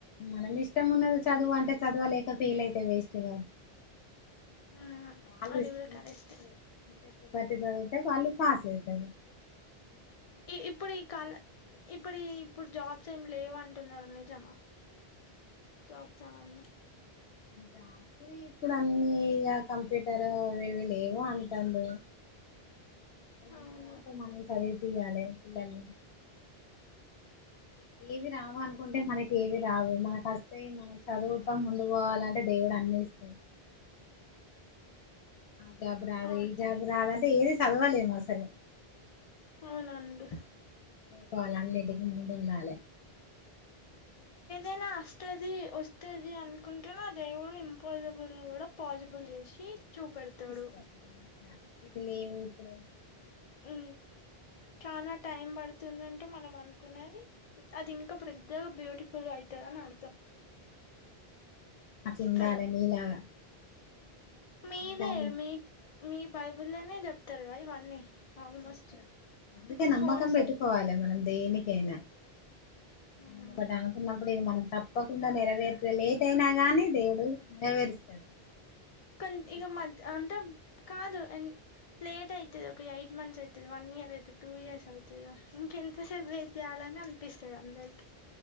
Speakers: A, on the left; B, on the left.
A: మన ఇష్టం ఉన్నది చదువు అంటే చదవలేక ఫీల్ అయితే వేస్ట్గాకదా
B: మ్,
A: వాళ్ల
B: అది
A: ఇస్
B: కూడా
A: ఇంట్రెస్ట్
B: కరెక్ట్
A: ఎవరు చదివితే వాళ్లు పాస్ అవుతారు
B: ఇ ఇప్పుడు కాల ఇప్పుడి ఇప్పుడు జాబ్స్ ఏమి లేవు అంటున్నారు నిజమా జాబ్స్ ఏవన్నీ
A: జాబ్స్ ఇప్పుడు అన్నీ కంప్యూటర్ అవి ఇవి లేవు అంటడు కానీ
B: అవును
A: మా వాళ్తో మనం చదివిపియాలి పిల్లల్ని ఇవి రావు అనుకుంటే మనకి ఏవి రావు మనక వస్తే మనం చదువుతాం ముందుకు పోవాలంటే దేవుడు అన్ని ఇస్తాడు <inaudible> ఆ జాబ్ రాదు
B: ఆ
A: ఈ జాబ్ రాదు అంటే ఏది చదవాలేము అసలు
B: అవునండి
A: వాళ్లు అన్నింటికి ముందుండాలే
B: ఏదైనా వస్తది వస్తుది అనుకుంటే ఆ దేవుడు ఇంపాసిబుల్ కూడా పాజిబుల్ చేసి చూపెడతాడు
A: ఇస్తారా అట్లా ఇది లేవు ఇప్పుడు
B: ఆ చాలా టైం పడుతుంది అంటే మనం అనుకునేది అది ఇంకా పెద్దగా బ్యూటిఫుల్గా అయితది అని అర్థం
A: అట్లా ఉండాలే
B: కదా
A: నీలాగా
B: మీదే
A: నీలాగా
B: మీ మీ బైబుల్లోనే చెప్తారు కద ఇవన్నీ ఆల్మోస్ట్
A: చెప్ అందుకే
B: ఇప్పుడు
A: నమ్మకం
B: ఫోన్స్
A: పెట్టుకోవాలి మనం దేనికైనా
B: ఉమ్
A: మనమ ఒకటనకున్న ఇప్పుడు ఇది మనకు తప్పకుండా నెరవేరుతే లేట్ అయినా గానీ దేవుడు నెరవేరుస్తాడు
B: కన్ ఇగ
A: ఇస్తాడు
B: మధ్య అన్ టం కాదుం లేట్ అయితది ఒక ఎయిట్ మంత్స్ అయితది వన్ ఇయర్ అయితది టూ ఇయర్స్ అయితది కదా ఎంతసేపు వెయిట్ చేయాలి అని అనిపిస్తాది అందరికి